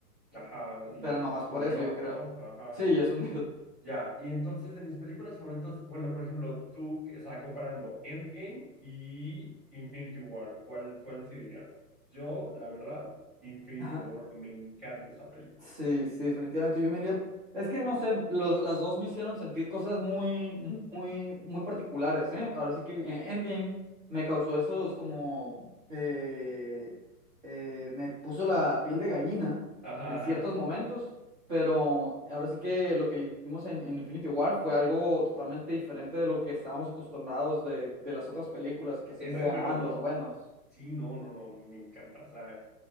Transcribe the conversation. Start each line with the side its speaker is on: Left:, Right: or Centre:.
Centre: Ajá, y
Right: pero
Centre: pues
Right: nomás
Centre: es
Right: por
Centre: un
Right: eso,
Centre: dios,
Right: yo creo.
Centre: ¿no? Ajá.
Right: Sí, es un dios.
Centre: Ya, y entonces de mis películas favoritas, bueno, por ejemplo, tú, o sea, comparando Endgame y Infinity War, ¿cuál, cuál decidirías? Yo, la verdad, Infinity
Right: <laughs>
Centre: War, me encanta esa película.
Right: Sí, sí, definitivamente. Yo me iría. Es que no sé, lo- las dos me hicieron sentir cosas muy, muy, muy particulares, ¿eh? Ahora sí que eh, Endgame me causó esos como. eh, eh, me puso la piel de gallina
Centre: Ajá,
Right: en
Centre: ajá.
Right: ciertos momentos, pero ahora sí que lo que vimos en, en Infinity War fue algo totalmente diferente de lo que estábamos acostumbrados de, de las otras películas que siempre
Centre: Es Homero,
Right: ganaban
Centre: ¿no?
Right: los buenos,
Centre: Sí, no, no, no, me encanta. O sea,